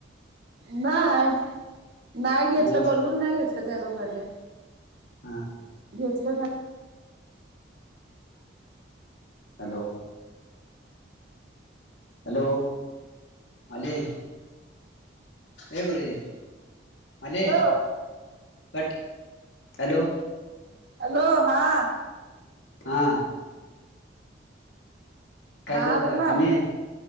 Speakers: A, on the right; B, on the left.
A: नाय, नाय घेतलं
B: मग
A: बोलून नाही घेतलं त्या लोकांनी.
B: हा
A: घेतलं नाय.
B: हॅलो... हॅलो माले ए पुरे आणि
A: हॅलो
B: कट हॅलो
A: हॅलो हां
B: हां काय
A: हा
B: चालंय
A: बोला
B: आणि